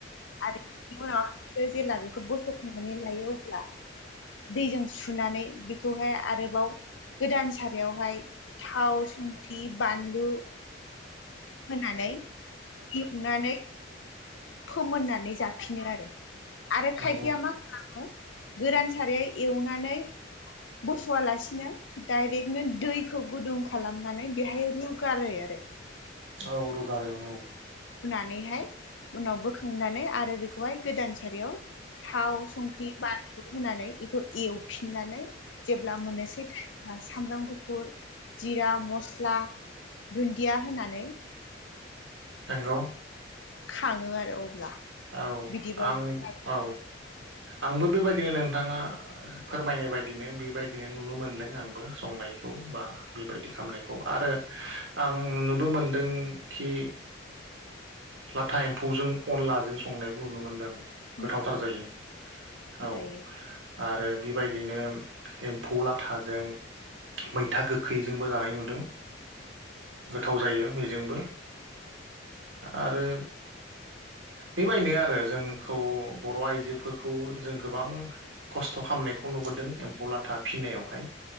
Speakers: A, on the left (about 80°); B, on the right (about 85°).
A: आरो बिनि उनावहाय जेला बेखौ बस' खांनानै लायो अब्ला दैजों सुनानै बेखौहाय आरोबाव गोदान सारायावहाय थाव संख्रि बानलु होनानै एवनानै फोमोननानै जाफिनो आरो। आरो
B: नंगौ
A: खायफया मा खालामो गोरान सारै एवनानै बस'आलासिनो डायरेक्टनो दैखौ गुदुं खालामनानै बेहाय रुगारो आरो।
B: औ आरो औ
A: नैहाय उनाव बोखांनानै आरो बेखौहाय गोदान सारियाव थाव संख्रि बानलु होनानै बेखौ एवफिननानै जेब्ला मोननोसै टाइम सामब्राम गुफुर जिरा मस्ला दुन्दिया होनानै
B: नंगौ
A: खाङो आरो। अब्ला
B: औ
A: बिदिबाबो
B: आं औ आंबो बेबायदिनो नोंथाङा फोरमायनाय बायदिनो बेबायदिनो नुनो मोनदों आंबो संनायखौ बा बेबायदि खालामामनायखौ आरो आं नुनोबो मोनदों खि लाथा एम्फौजों अनलाजों संनायबो नुनो मोन्दों।
A: नंगौ
B: गोथावथार जायो। औ
A: जायो
B: आरो बेबायदिनो एम्फौ लाथाजों मैथा गोखैजोंबो जानाय नुदों। गोथाव जायो बेजोंबो आरो
A: <inaudible>
B: बेबायनो आरो जोंखौ बर' आइजोफोरखौ जों गोबां खस्थ' खालामनायखौ नुबोदों एम्फौ लाथा फिनायाव हाय